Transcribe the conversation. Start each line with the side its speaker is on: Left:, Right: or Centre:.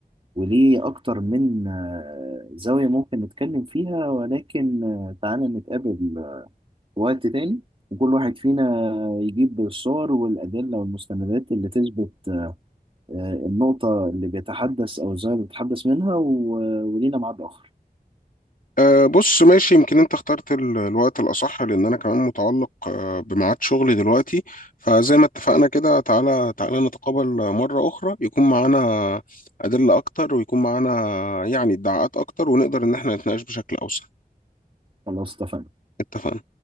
Right: وليه أكتر من آه، زاوية ممكن نتكلم فيها ولكن آه، تعالى نتقابل في وقت تاني وكل واحد فينا يجيب الصور والأدلة والمستندات اللي تثبت آه، النقطة اللي بيتحدث أو الزاوية اللي بيتحدث منها و- ولينا ميعاد آخر
Left: أه بص ماشي يمكن انت اخترت ال- الوقت الأصح لأن أنا كمان متعلق آه، بميعاد شغلي دلوقتي فزي ما اتفقنا كده تعالى تعالى نتقابل مرة أخرى يكون معانا أدلة أكتر ويكون معانا يعني ادعاءات أكتر ونقدر إن احنا نتناقش بشكل أوسع
Right: خلاص اتفقنا
Left: اتفقنا